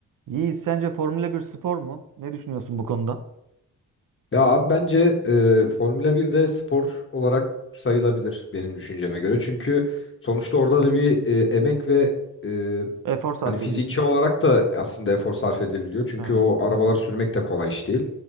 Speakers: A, on the right; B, on the left.
A: Yiğit sence Formula bir spor mu? Ne düşünüyorsun bu konuda?
B: Ya abi bence e, Formula 1 de spor olarak sayılabilir benim düşünceme göre. Çünkü sonuçta orada da bir e, emek ve e,
A: Efor sarf
B: hani fiziki
A: ediyorsun.
B: olarak da aslında efor sarf edebiliyor. Çünkü
A: Evet,
B: o arabaları sürmek de kolay iş değil.